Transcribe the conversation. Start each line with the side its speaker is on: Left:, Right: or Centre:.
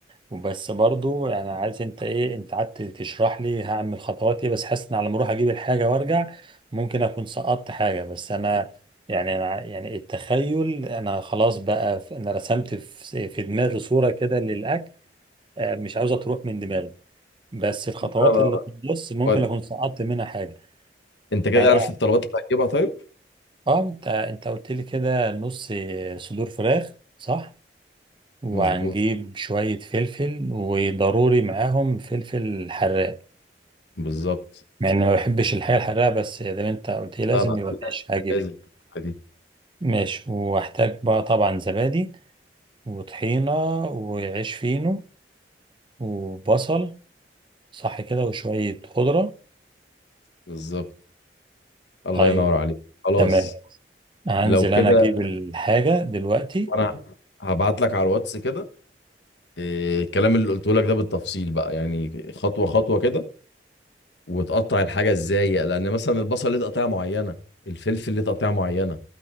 Right: وبس برضو يعني عايز انت ايه انت قعدت تشرح لي هعمل خطوات ايه بس حاسس ان على ما اروح اجيب الحاجه وارجع ممكن اكون سقطت حاجه بس انا يعني انا يعني التخيل انا خلاص بقى ف- انا رسمت في في دماغي صوره كده للاكل آه، مش عاوزه تروح من دماغي بس الخطوات
Left: لا لا
Right: اللي
Left: لا
Right: في النص ممكن
Left: ودي
Right: اكون سقطت منها حاجه
Left: انت كده
Right: فانا
Left: عرفت الطلبات اللي هتجيبها طيب
Right: اه انت انت قلت لي كده نص صدور فراخ صح وهنجيب
Left: مظبوط
Right: شويه فلفل وضروري معاهم فلفل حراق
Left: بالظبط
Right: مع اني ما بحبش الحاجه الحراقه بس زي ما انت قلت لي لازم
Left: لا لا
Right: يبقى ماشي هجيب
Left: لازم لازم. دي
Right: ماشي واحتاج بقى طبعا زبادي وطحينه وعيش فينو وبصل صح كده وشويه خضره
Left: بالظبط الله
Right: طيب
Left: ينور عليك خلاص
Right: تمام هنزل
Left: لو كده
Right: انا اجيب الحاجه دلوقتي
Left: وانا هبعت لك على الواتس كده إيه، الكلام اللي قلته لك ده بالتفصيل بقى يعني خطوه خطوه كده وتقطع الحاجه ازاي لان مثلا البصل ليه تقطيعه معينه الفلفل ليه تقطيعه معينه